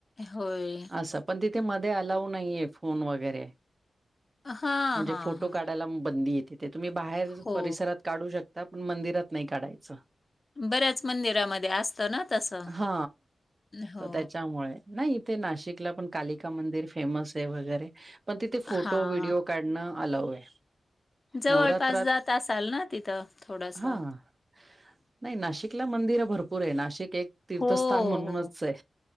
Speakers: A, on the left (about 30°); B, on the right (about 30°).
A: होय.
B: असं. पण तिथे मध्ये आलाऊ नाहीये फोन वगैरे.
A: हां,
B: म्हणजे
A: हां,
B: फोटो
A: हां.
B: काढायला बंदी तिथे तुम्ही बाहेर
A: हो.
B: परिसरात काढू शकता, पण मंदिरात नाही काढायचं.
A: बऱ्याच मंदिरामध्ये असतं ना तसं.
B: हा
A: हो.
B: तर त्याच्यामुळे. नाही. इथे नाशिकला पण कालिका मंदिर फेमस आहे वगैरे, पण तिथे फोटो
A: हां.
B: विडिओ काढणं आलाऊ आहे.
A: जवळपास
B: नवरात्रात
A: जात असाल ना, तिथं थोडसं.
B: हां. नाही नाशिकला मंदिर भरपूर आहे. नाशिक एक तीर्थस्थान
A: हो,
B: म्हणूनच
A: हो.
B: आहे.